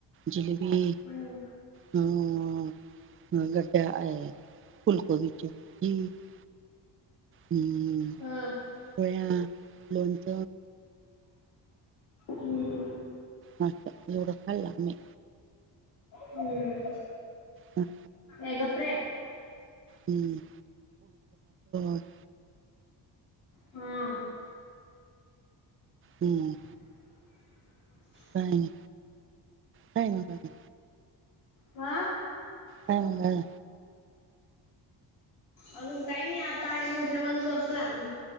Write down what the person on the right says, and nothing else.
जिलेबी,
हम्म अह गड्ड्या आहे फुलकोबीचे <unintelligible> हम्म.
पोळ्या, लोणच
मस्त एवढं खाल्ल आम्ही
हम्म.
हम्म <unintelligible>
हम्म.
काय नाई काय नाय काय नाई.
हं हं.